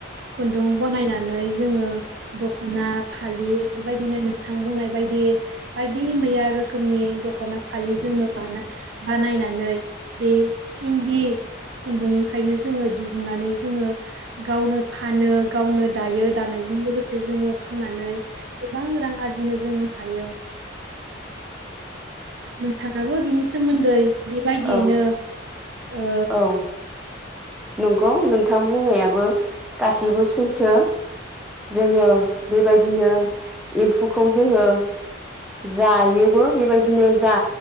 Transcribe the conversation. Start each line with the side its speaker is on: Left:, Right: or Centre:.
Right: खुन्दुं बनायनानै जोङो दखना फालि बेफोरबायदिनो थां बुंनाय बायदि बायदि मैया रोखोमनि दख'ना फालि जोङो बानो बानायनाय नै बे इन्दि खुन्दुंनिफ्रायनो जोङो दिहुननानै जोङो गावनो फानो गावनो दायो दानायजों लोगोसे जोङो फाननानै गोबां रां आरज बिदिनो जों हायो। नोंथाङाबो बिनि सोमोन्दै बेबायदियैनो
Centre: औ
Right: ओ
Centre: औ। नोंगौ नोंथां बुंनायाबो गासैबो सैथो जोङो बेबायदिनो एम्फौखौ जोङो जायोबो बेबायदिनो जा